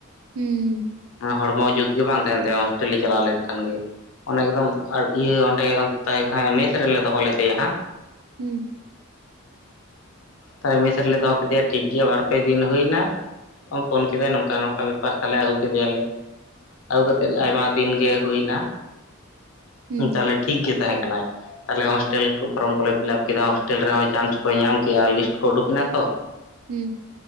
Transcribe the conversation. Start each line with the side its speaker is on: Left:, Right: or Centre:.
Right: ᱦᱩᱸ ᱾
Left: ᱟ ᱦᱚᱲᱢᱚ ᱡᱩᱛ ᱜᱮ ᱵᱟᱝ ᱛᱟᱸᱦᱮᱱ ᱛᱟᱭᱟ ᱦᱳᱥᱴᱮᱞ ᱞᱮ ᱪᱟᱞᱟᱣ ᱞᱮᱱᱠᱷᱟᱱ ᱜᱮ ᱾ ᱚᱱᱮ ᱮᱠᱫᱚᱢ ᱤᱭᱟᱹ ᱚᱸᱱᱰᱮ ᱚᱱᱛᱮ ᱦᱮ ᱢᱮᱥ ᱨᱮᱞᱮ ᱫᱚᱦᱚ ᱞᱮᱫᱮᱭᱟ ᱦᱟᱸᱜ᱾
Right: ᱦᱩᱸ᱾
Left: ᱛᱟᱦᱚᱞᱮ ᱢᱮᱥ ᱨᱮᱞᱮ ᱫᱚᱦᱚ ᱠᱮᱫᱮᱭᱟ ᱴᱷᱤᱠ ᱜᱮᱭᱟ ᱵᱟᱨ ᱯᱮ ᱫᱤᱱ ᱦᱳᱭᱱᱟ ᱾ ᱯᱷᱳᱱ ᱠᱮᱫᱟᱭ ᱱᱚᱝᱠᱟ ᱱᱚᱝᱠᱟ ᱵᱮᱯᱟᱨ ᱛᱟᱦᱚᱞᱮ ᱟᱹᱜᱩ ᱠᱮᱫᱮᱭᱟᱞᱮ ᱾ ᱟᱹᱜᱩ ᱠᱟᱛᱮᱜ ᱟᱭᱢᱟ ᱫᱤᱱ ᱜᱮ ᱦᱩᱭᱱᱟ
Right: ᱦᱩᱸ ᱦᱩᱸ
Left: ᱛᱟᱦᱚᱞᱮ ᱴᱷᱤ ᱴᱷᱤᱠ ᱜᱮ ᱛᱟᱸᱦᱮᱸ ᱠᱟᱱᱟᱭ ᱛᱟᱦᱚᱞᱮ ᱦᱳᱥᱴᱮᱞ ᱯᱷᱨᱚᱢ ᱠᱚᱞᱮ ᱯᱷᱤᱞᱟᱯ ᱠᱮᱫᱟ ᱦᱳᱥᱴᱮᱞ ᱨᱮᱸᱦᱚᱸ ᱪᱟᱱᱥ ᱠᱚ ᱧᱟᱢ ᱠᱮᱜᱼᱟ ᱞᱤᱥᱴ ᱠᱚᱰᱳᱜ ᱱᱟᱛᱚ ᱾
Right: ᱦᱩᱸ᱾